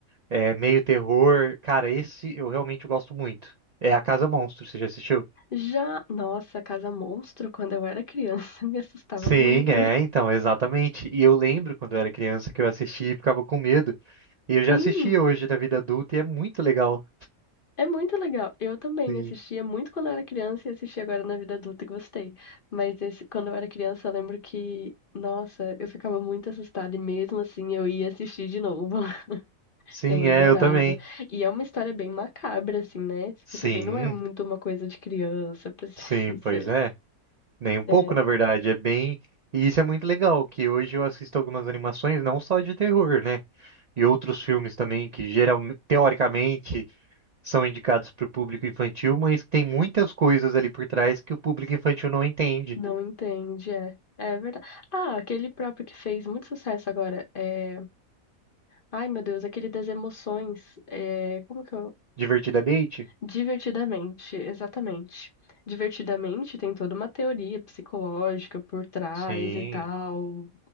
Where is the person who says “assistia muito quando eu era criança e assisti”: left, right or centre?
Left